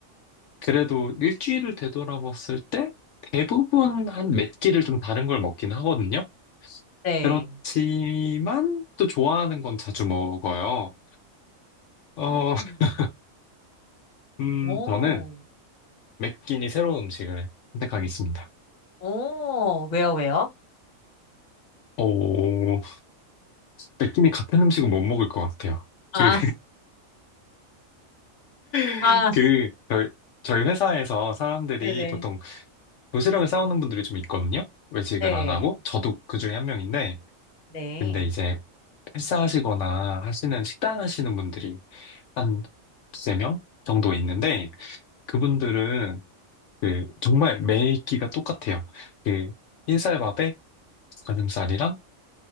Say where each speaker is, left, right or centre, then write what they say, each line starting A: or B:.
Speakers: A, on the left (about 70°); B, on the left (about 40°).
A: 그래도 일주일을 되돌아봤을 때 대부분 한 몇 끼를 좀 다른 걸 먹긴 하거든요?
B: 네.
A: 그렇지만 또 좋아하는 건 자주 먹어요. 어,
B: 음.
A: <laughs> 음,
B: 오,
A: 저는 매 끼니 새로운 음식을 선택하겠습니다.
B: 오, 왜요, 왜요?
A: 오, 느낌이 같은 음식은 못 먹을 것 같아요.
B: 아,
A: 그, <laughs>
B: 아,
A: 그, 저희, 저희 회사에서 사람들이
B: 네네.
A: 보통 도시락을 싸오는 분들이 좀 있거든요? 외식을
B: 네,
A: 안 하고. 저도 그 중에 한 명인데.
B: 네.
A: 근데 이제 헬스하시거나 하시는 식단 하시는 분들이 한 두세 명 정도 있는데, 그분들은 그, 정말 매 끼가 똑같아요. 그, 흰쌀밥에 가슴살이랑